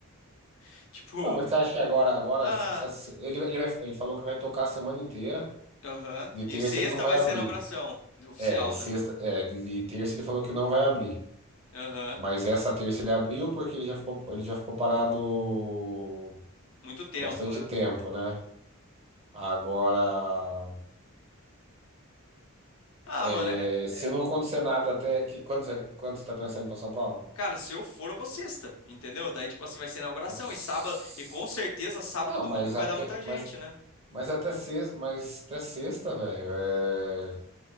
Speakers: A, on the left; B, on the right.
A: <laughs> Tipo,
B: Não, mas você acha que agora, agora,
A: ah,
B: se- se- se- ele, ele, vai- ele falou que vai tocar a semana inteira.
A: aham,
B: De terça
A: E sexta
B: ele não vai
A: vai
B: abrir.
A: ser a inauguração oficial,
B: É, e sexta,
A: né?
B: é, de, de terça ele falou que não vai abrir.
A: Aham,
B: Mas essa terça ele abriu porque ele já ficou, ele já ficou parado
A: Muito tempo,
B: bastante
A: né?
B: tempo, né? Agora,
A: Ah,
B: é,
A: mano, é, é-
B: se
A: é-
B: não acontecer nada até que quando você, quando você está pensando para São Paulo?
A: Cara, se eu for, eu vou sexta, entendeu? Daí, tipo assim, vai ser a inauguração
B: Nossa.
A: e sábado, e com certeza sábado
B: Não,
A: e domingo
B: mas
A: vai
B: até,
A: dar muita gente,
B: mas,
A: né?
B: mas até sexta, mas até sexta, velho. é,